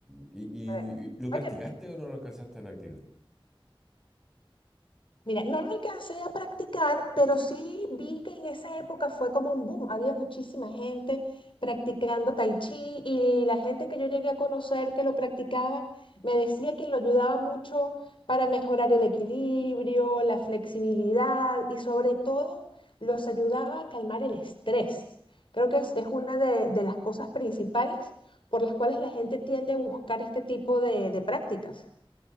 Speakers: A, in the centre; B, on the left.
A: y, y-
B: A ver,
A: y- lo practicaste
B: Oye,
A: o no lo alcanzaste a practicar?
B: Mira, no lo alcancé a practicar, pero sí vi que en esa época fue como un boom. Había muchísima gente practicando tai chi y la gente que yo llegué a conocer que lo practicaba me decía que lo ayudaba mucho para mejorar el equilibrio, la flexibilidad y sobre todo los ayudaba a calmar el estrés. Creo que es, es una de, de las cosas principales por las cuales la gente tiende a buscar este tipo de de prácticas.